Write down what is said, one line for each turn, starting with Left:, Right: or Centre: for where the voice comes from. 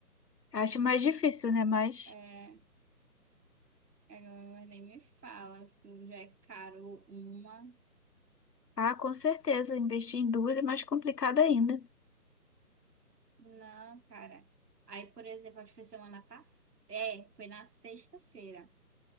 Left: Acho mais difícil, né? Mas,
Right: É, é, nem me fala, já é caro uma.
Left: ah, com certeza, investir em duas é mais complicado ainda.
Right: Não, cara. Aí, por exemplo, acho que foi semana passada. É, foi na sexta-feira.